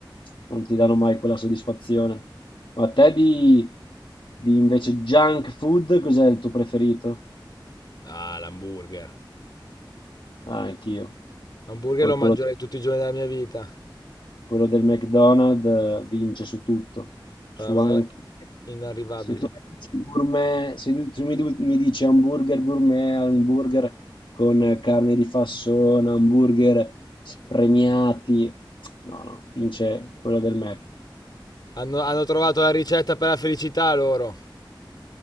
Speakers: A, on the left; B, on the left.
A: non ti danno mai quella soddisfazione. Ma a te di, di invece junk food, cos'è il tuo preferito?
B: Ah, l'hamburger.
A: Ah, anch'io.
B: L'hamburger
A: Poi
B: lo mangerei
A: quello,
B: tutti i giorni della mia vita.
A: quello del McDonald's eh, vince su tutto, su
B: Guarda, una
A: anche...
B: cosa inarrivabile.
A: Se tu, mi dici gourmet- se tu- tu mi, du- mi dici hamburger gourmet, hamburger con carne di fassona, hamburger spremiati, no, no, vince quello del Mac.
B: Hanno, hanno trovato la ricetta per la felicità loro.